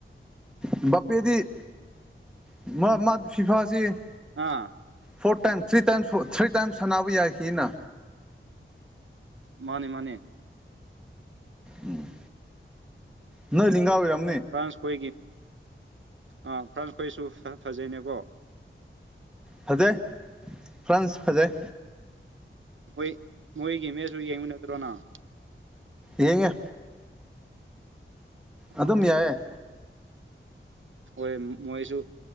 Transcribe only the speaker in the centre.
ꯕꯄꯦꯗꯤ ꯃꯥ ꯐꯤꯐꯥꯁꯦ
four times three times three times ꯁꯥꯟꯅꯕ ꯌꯥꯈꯤꯅꯤꯅ
ꯎꯝ ꯏ ꯂ ꯂꯤꯡꯥꯔ <unintelligible>
ꯐꯖꯩ ꯐ꯭ꯔꯥꯟꯁ ꯐꯖꯩ
ꯌꯦꯡꯑ
ꯑꯗꯨꯝ ꯌꯥꯏꯌꯦ